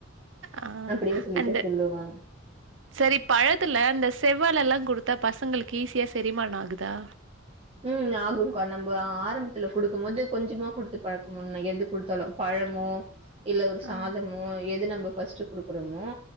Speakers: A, on the right; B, on the right.
A: ஆ
B: அப்டின்னு சொல்லிட்டு
A: அந்த
B: சொல்லுவாங்க
A: சரி பழத்துல அந்த செவ்வாழ எல்லா குடுத்தா பசங்களுக்கு ஈஸியா செரிமானோ ஆகுதா
B: ம் ஆகுங்க்கா நம்ப ஆரம்பத்துல குடுக்கும் போது கொஞ்சமா குடுத்து பழக்கோ பண்ணு எது குடுத்தாலு பழமோ இல்ல ஒரு சாதமோ
A: ஆ
B: எது நம்ம ஃபர்ஸ்ட் குடுக்றோமோ